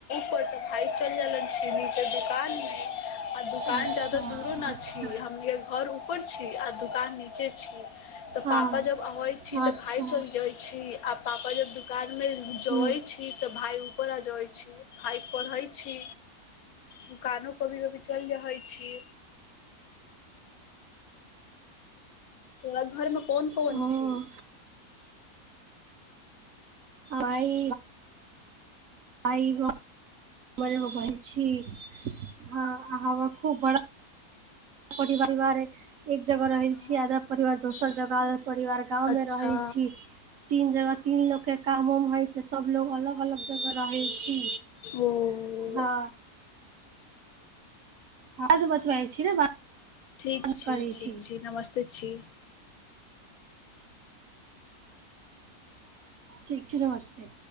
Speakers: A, on the left (about 70°); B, on the right (about 60°).
A: के भाय चल जले छीे नीचे दुकान मे आ दुकान
B: अच्छा
A: जदा दूरो न
B: अच्छा
A: छी घर ऊपर छी आ दुकान नीचे छी तऽ
B: हँ
A: पापा जब अबै छी तऽ
B: अच्छा
A: भाय चल जाय छी आ पापा जब दुकानमे जबै
B: ह
A: छी तऽ भाय ऊपर आजै छी भाय पढ़ै छी दुकानो कभी कभी चलि रहै छी तोरा घरमे कोन कोन
B: ओ
A: छी
B: आइ आइग हमर एगो बहीन छी हँ ह खूब बड़ा परिवारक एक जगह रहे
A: हँ
B: छी आधा परिवार दोसर जगह आधा परिवार गाँव
A: अच्छा
B: में रहे छी तीन जगह तीन लोक के काम उम म होयतऽ सब लोग अलग अलग जगह रहै छी
A: ओ
B: हँ ह त बतबै छी न बात
A: ठीक
B: करै
A: ठीक
B: छी
A: नमस्ते छी
B: ठिक छै नमस्ते